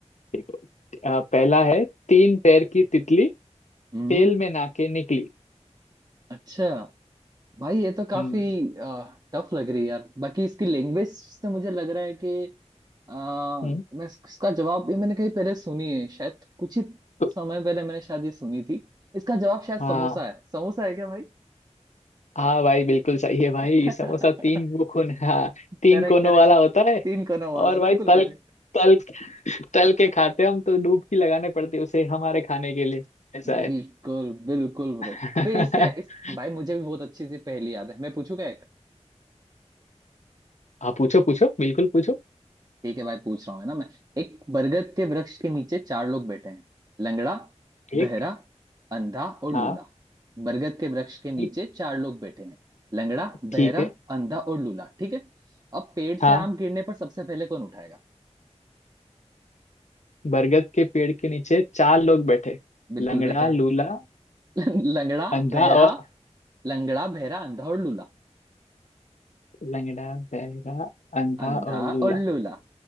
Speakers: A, on the left (about 80°); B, on the right (about 35°).
A: देखो अ, पहला है तीन पैर की तितली
B: हम्म
A: तेल में नाके निकली
B: अच्छा भाई ये तो काफी
A: हम्म
B: टफ लग रही है यार बाकी इसकी लैंग्वेज से मुझे लग रहा है कि अ,
A: हम्म
B: मैं इस- इसका जवाब भी मैंने कहीं पहले सुनी है शायद कुछ ही
A: तो
B: समय पहले मैंने शायद ये सुनी थी इसका जवाब शायद
A: हाँ
B: समोसा है समोसा है क्या भाई
A: हाँ भाई बिल्कुल सही है भाई
B: <laughs>
A: समोसा तीन वो कोन हाँ तीन
B: Correct
A: कोनों
B: correct
A: वाला होता है
B: तीन कोनों वाला
A: और भाई
B: बिल्कुल
A: तल
B: करेक्ट
A: तल तल के खाते हम तो डुबकी लगाने पड़ती है उसे हमारे खाने के लिए ऐसा
B: बिल्कुल
A: है
B: बिल्कुल ब्रो
A: <laughs>
B: फिर इससे इस भाई मुझे भी बहुत अच्छी सी पहेली याद है मैं पूछू क्या
A: हाँ पूछो पूछो बिल्कुल पूछो
B: ठीक है भाई पूछ रहा हूँ है ना मैं एक बरगद के वृक्ष के नीचे चार लोग बैठे हैं लंगड़ा बहरा
A: एक
B: अंधा और लूला
A: हाँ
B: बरगद के वृक्ष के नीचे
A: एक
B: चार लोग बैठे हैं लंगड़ा बहरा
A: ठीक है
B: अंधा और लूला ठीक है अब पेड़ से
A: हाँ
B: आम गिरने पर सबसे पहले कौन उठाएगा
A: बरगद के पेड़ के नीचे चार लोग बैठे
B: बिल्कुल
A: लंगड़ा
B: बैठे हैं
A: लूला
B: <laughs> लंगड़ा
A: अंधा
B: बहरा
A: और
B: लंगड़ा बहरा अंधा और लूला
A: लंगड़ा बहरा अंधा
B: अंधा
A: और लूला
B: और लूला